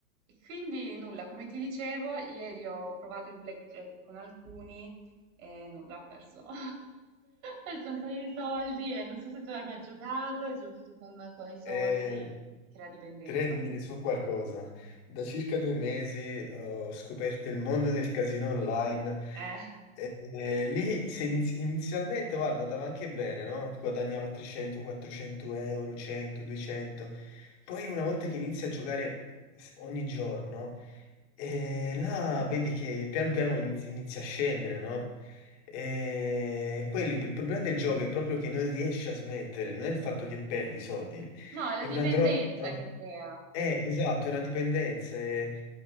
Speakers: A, on the right (about 65°); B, on the left (about 50°).
A: E quindi nulla, come ti dicevo, ieri ho provato il blackjack con alcuni e nulla, ho perso. <laughs> ho perso un paio di soldi e non so se tu hai mai giocato, hai giocato con, con i soldi,
B: Eh,
A: crea dipendenza.
B: Credimi su qualcosa. Da circa due mesi ho scoperto il mondo del casino online.
A: Eh.
B: E, e lì se iniz- inizialmente, guarda, andava anche bene, no? Guadagnavo 300, 400 euro, 100, 200. Poi una volta che inizi a giocare s- ogni giorno, e là vedi che pian piano iniz- inizia a scendere, no? E quelli- il problema del gioco è proprio che non riesci a smettere, non è il fatto che perdi soldi,
A: No, è la
B: è
A: dipendenza
B: una droga. no?
A: che crea.
B: Eh, esatto, è una dipendenza. e-